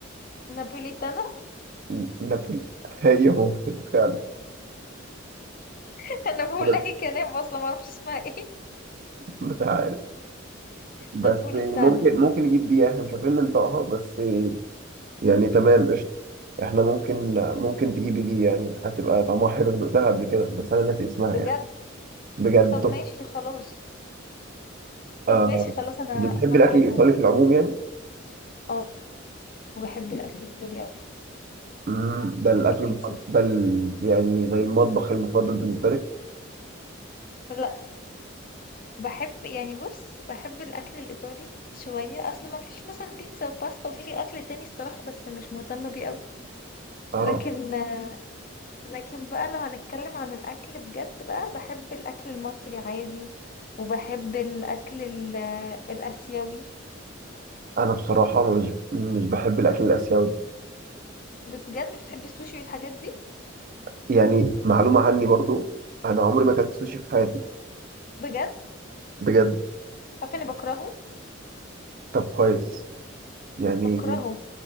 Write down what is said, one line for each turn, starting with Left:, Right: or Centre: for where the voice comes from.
Left: نابوليتانا
Right: ن- نابولي <laughs> هي ممكن فعلا
Left: <laughs> انا بقول
Right: <laughs> أنا
Left: اي كلام اصلا ما اعرفش اسمها ايه
Right: مش عارف بس
Left: نابوليتانا
Right: ممكن ممكن نجيب دي احنا مش عارفين ننطقها بس يعني تمام احنا ممكن ممكن تجيبي دي يعني هتبقى طعمها حلو انا دقتها قبل كده بس انا ناسي اسمها
Left: بجد
Right: يعني بجد
Left: طب
Right: تحفة.
Left: ماشي خلاص
Right: آه
Left: طب ماشي خلاص انا
Right: بتحبي
Left: هطلبها
Right: الاكل الايطالي في العموم يعني
Left: اه بحب الاكل الايطالي اوي
Right: مم، ده الاكل
Left: بحب البيتزا
Right: المفضل- ده ال- يعني زي المطبخ المفضل بالنسبه لك
Left: لا بحب يعني بص بحب الاكل الايطالي شويه اصل ما فيش مثلا بيتزا وباستا وفي اكل تاني الصراحه بس مش مهتمه بيه اوي
Right: اه
Left: لكن آه، لكن بقى لو هنتكلم عن الأكل بجد بقى بحب الأكل المصري عادي وبحب الأكل ال- الآسيوي
Right: انا بصراحه مش مش بحب الاكل الاسيوي
Left: بجد مش بتحب السوشي والحاجات دي
Right: يعني معلومه عني برضو انا عمري ما اكلت سوشي في حياتي
Left: بجد
Right: بجد
Left: عارفة اني بكرهه
Right: طب كويس يعني
Left: بكرهه